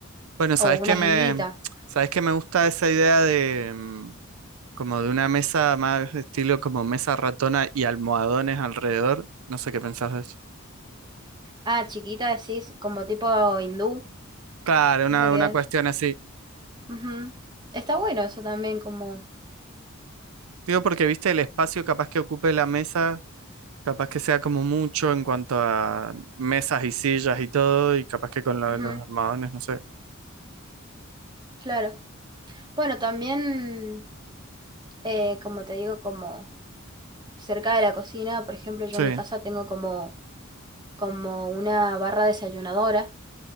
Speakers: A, on the right; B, on the right.
A: Bueno, ¿sabes
B: o una
A: qué
B: islita.
A: me, sabes qué me gusta esa idea de, mm, como de una mesa más estilo como mesa ratona y almohadones alrededor. No sé qué pensás de eso.
B: Ah, chiquita, sí, como tipo hindú.
A: Claro, una,
B: Eso que
A: una
B: es.
A: cuestión así.
B: Ujú. Está bueno eso también, como.
A: Digo, porque viste el espacio capaz que ocupe la mesa, capaz que sea como mucho en cuanto a mesas y sillas y todo, y capaz que con lo
B: ujú,
A: de los almohadones, no sé.
B: claro. Bueno, también, eh, como te digo, como cerca de la cocina, por ejemplo, yo
A: Sí,
B: en mi casa tengo como, como una barra desayunadora,